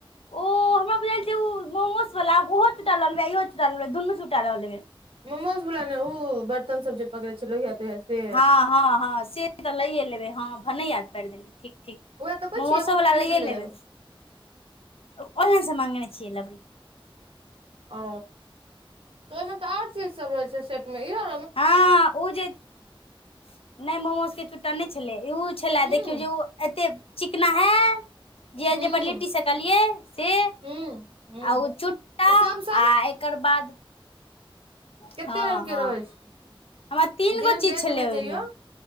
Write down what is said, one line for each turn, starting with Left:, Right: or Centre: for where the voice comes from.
Left: ओ <unintelligible> हमरा बुझाई छै ओ मोमोस वला ओहो चुट्टा लऽ लेबई इहो चुट्टा लऽ लेबे दुनु चुट्टा लऽ लेबै।
Right: मोमोज बला ने ओ बर्तन सब जे पकड़े छै लोहिया तोहिया। से
Left: हँ- हँ -हँ - से तऽ लैए लेबै हँ भने याद पैर देलियै ठीक ठीक।
Right: उएह तऽ कहै
Left: मोमो
Right: छी एगो
Left: सब बला
Right: खरीद
Left: लइए लेनइन
Right: लेब
Left: ऑनलाइन से मंगेने छिय ल बी।
Right: ओ तऽ ओहिमे तऽ आर चीज सब रहै छै सेट मे यो।
Left: हँ ओ जे नहि मोमोज के चुट्टा नहि छलै ई ऊ छले
Right: हूं
Left: देखियौ जे ओ एते चिकना है। जे
Right: हूं
Left: जे पर लिट्टी सेकलियै से।
Right: हूं हूं
Left: आ ओ चुट्टा
Right: तऽ सब
Left: आ एकर बाद हँ
Right: कतेक रंगगके
Left: हँ
Right: रहै छै
Left: हमरा तीन
Right: जेहन
Left: गो चीज
Right: रेटमे
Left: छलै ओहिमे
Right: जैयौ।